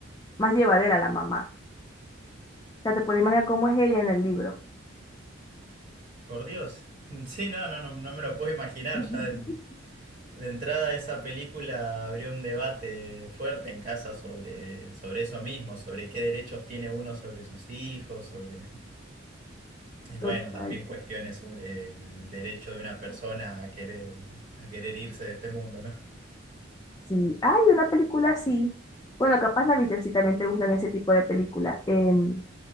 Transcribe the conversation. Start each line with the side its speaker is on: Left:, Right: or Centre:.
Left: más llevadera la mamá. O sea, te puedes imaginar cómo es ella en el libro.
Right: <laughs> Por Dios. Sí, no, no, no, no me lo puedo imaginar.
Left: <laughs>
Right: Ya de, de entrada esa película abrió un debate fuerte en casa sobre, sobre eso mismo, sobre qué derechos tiene uno sobre sus hijos, sobre... Y
Left: Total.
Right: bueno, también cuestiones sobre el derecho de una persona a querer, a querer irse de este mundo, ¿no?
Left: Sí, hay una película así. Bueno, capaz la viste si también te gustan ese tipo de películas. Em,